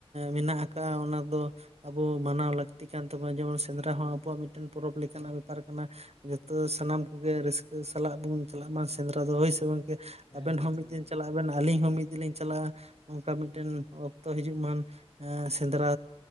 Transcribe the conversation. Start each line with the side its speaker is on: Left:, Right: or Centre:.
Right: ᱢᱮᱱᱟᱜ ᱟᱠᱟᱜᱼᱟ ᱚᱱᱟ ᱫᱚ ᱟᱵᱚ ᱢᱟᱱᱟᱣ ᱞᱟᱹᱠᱛᱤ ᱠᱟᱱ ᱛᱟᱵᱚᱱᱟ ᱡᱮᱢᱚᱱ ᱥᱮᱸᱫᱽᱨᱟ ᱦᱚᱸ ᱟᱵᱚᱣᱟᱜ ᱢᱤᱫᱴᱮᱱ ᱯᱚᱨᱚᱵᱽ ᱞᱮᱠᱟᱱᱟᱜ ᱵᱮᱯᱟᱨ ᱠᱟᱱᱟ ᱡᱚᱛᱚ ᱥᱟᱱᱟᱢ ᱠᱚᱜᱮ ᱨᱟᱹᱥᱠᱟᱹ ᱥᱟᱞᱟᱜ ᱵᱚᱱ ᱪᱟᱞᱟᱜ ᱢᱟ ᱥᱮᱸᱫᱽᱨᱟ ᱫᱚ ᱦᱚᱭ ᱥᱮ ᱵᱟᱝ
Left: ᱦᱩᱸ
Right: ᱟᱵᱮᱱ
Left: ᱦᱩᱸ
Right: ᱦᱚᱸ ᱢᱤᱫ
Left: ᱮᱠᱫᱚᱢ
Right: ᱫᱤᱱ ᱪᱟᱞᱟᱜ ᱵᱮᱱ ᱟᱹᱞᱤᱧ ᱦᱚᱸ ᱢᱤᱫ ᱫᱤᱱ ᱞᱤᱧ ᱪᱟᱞᱟᱜᱼᱟ ᱚᱝᱠᱟ ᱢᱤᱫ ᱴᱮᱱ ᱚᱠᱛᱚ ᱦᱤᱡᱩᱜ ᱢᱟ ᱮ ᱥᱮᱸᱫᱽᱨᱟ